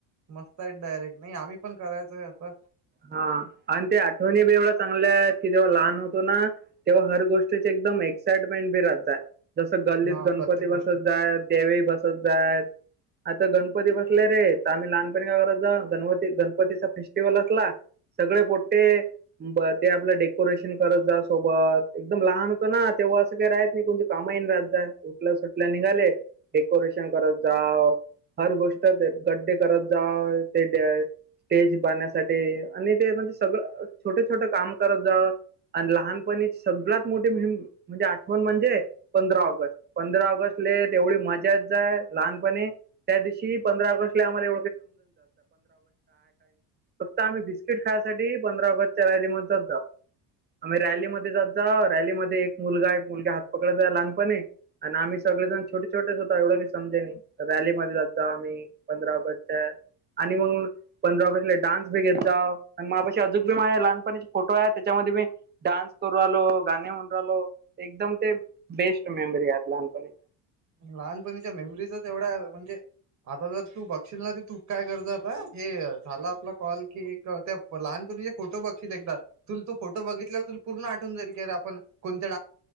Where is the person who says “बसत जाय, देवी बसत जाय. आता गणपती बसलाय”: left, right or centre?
Right